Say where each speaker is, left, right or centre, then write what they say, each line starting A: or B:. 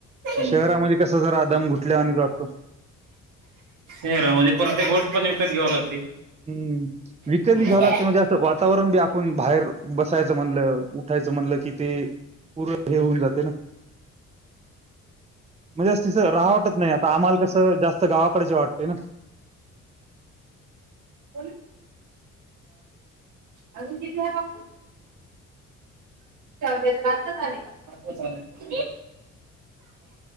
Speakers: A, on the right (about 80°); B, on the right (about 20°).
A: हम्म
B: शहरामध्ये कस जरा दम गुठल्यावाणीच वाटतो.
A: शहरामध्ये प्रतेक गोष्ट पण विकत घ्याव लागते.
B: हं, विकत
A: हम्म.
B: बी घ्यावं लागते, म्हणजे असं वातावरण बी आपण बाहेर बसायचं म्हणलं उठायचं त म्हणलं की ते, पूर हे होऊन जाते ना म्हणजेच तिथं राहाव वाटत नाही, आता आम्हाला कसं जास्त गावाकडच यावं वाटते ना.
A: <unintelligible> <unintelligible> अजून किती आहे <unintelligible> आताच आले का <unintelligible>